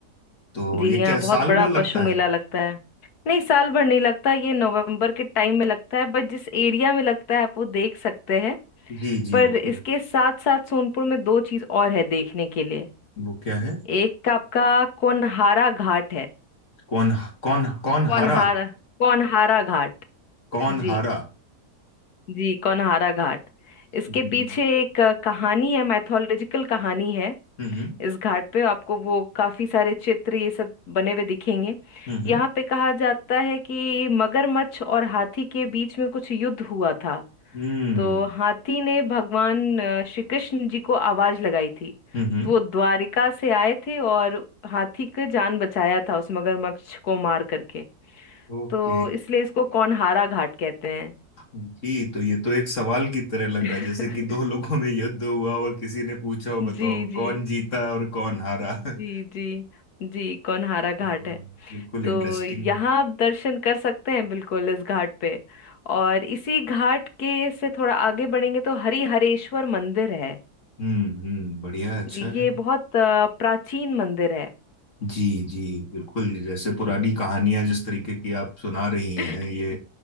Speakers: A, on the left; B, on the left.
A: तो
B: जी
A: ये
B: यहाँ
A: क्या
B: बहुत
A: साल
B: बड़ा
A: भर लगता
B: पशु मेला
A: है
B: लगता है नहीं साल भर नहीं लगता ये नवंबर के टाइम में लगता है बट जिस एरिया में लगता है आप वो देख सकते हैं
A: जी जी
B: पर
A: बिल्कुल
B: इसके साथ साथ सोनपुर में दो चीज और है देखने के लिए
A: वो क्या है
B: एक आपका कोनहारा घाट है
A: कौन कौन कौन
B: कोनहारा
A: हारा
B: कोनहारा घाट
A: कौन
B: जी
A: हारा
B: जी कोनहारा घाट इसके
A: हम्म
B: पीछे एक अ, कहानी है मैथोलॉजिकल कहानी है
A: हम्म
B: इस घाट पे आपको वो काफी सारे चित्र ये सब बने हुए दिखेंगे
A: हम्म हम्म
B: यहाँ पे कहा जाता है कि मगरमच्छ और हाथी के बीच में कुछ युद्ध हुआ था
A: हम्म
B: तो हाथी ने भगवान अ, श्री कृष्ण जी को आवाज लगाई थी
A: हम्म, हम्म।
B: तो वो द्वारिका से आए थे और हाथी की जान बचाया था उस मगरमच्छ को मार करके
A: ओके
B: तो इसलिए इसको कौनहारा घाट कहते हैं
A: जी तो ये तो एक सवाल की तरह लग
B: <laughs>
A: रहा है जैसे कि दो लोगों में युद्ध हुआ और किसी ने पूछा हो बताओ
B: जी
A: कौन
B: जी
A: जीता और कौन हारा
B: जी
A: <laughs>
B: जी जी कौनहारा घाट
A: तो
B: है
A: बिल्कुल
B: तो
A: इंटरेस्टिंग
B: यहाँ आप दर्शन कर सकते हैं बिल्कुल इस घाट पे और इसी घाट के से थोड़ा आगे बढ़ेंगे तो हरिहरेश्वर मंदिर है
A: हम्म हम्म बढ़िया अच्छा
B: जी
A: है
B: ये बहुत अ, प्राचीन मंदिर है
A: जी जी बिल्कुल जैसे पुरानी
B: जी
A: कहानियां जिस तरीके की आप सुना रही हैं
B: <laughs>
A: ये